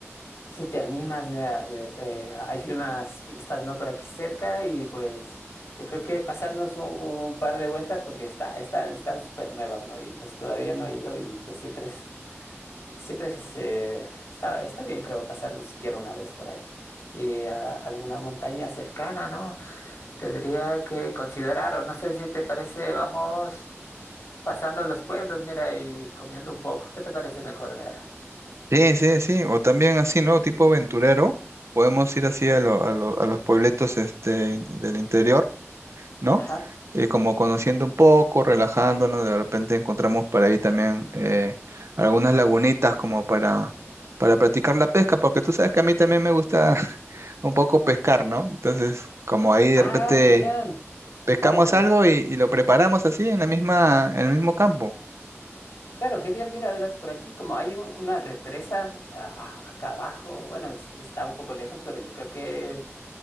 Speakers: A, on the left; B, on the right.
A: si te animas, mira, eh, eh, hay unas pistas, ¿no? Por aquí cerca y pues... Yo creo que pasarnos un, un par de vueltas porque está, están, están súper nuevas, ¿no? Y pues todavía no he ido y pues siempre es Siempre es, eh, está, está bien, creo, pasarnos siquiera una vez por ahí. Y a alguna montaña cercana, ¿no? Tendría que considerar, o no sé si te parece, vamos pasando los pueblos, mira, y comiendo un poco. ¿Qué te parece mejor, mira?
B: Sí, sí, sí. O también así, ¿no? Tipo aventurero. Podemos ir así a, lo- a lo- a los puebletos este, del interior, ¿no?
A: Ajá.
B: Y como conociendo un poco, relajándonos, de repente encontramos por ahí también eh, algunas lagunitas como para, para practicar la pesca, porque tú sabes que a mí también me gusta <laughs> un poco pescar, ¿no? Entonces, como ahí de
A: Ah,
B: repente
A: genial.
B: pescamos
A: Claro, por
B: algo
A: ac-
B: y, y lo preparamos así en la misma, en el mismo campo.
A: Claro, genial. Mira, verás, por aquí como hay un- una represa a- a- acá abajo, bueno, es- está un poco lejos, pero yo creo que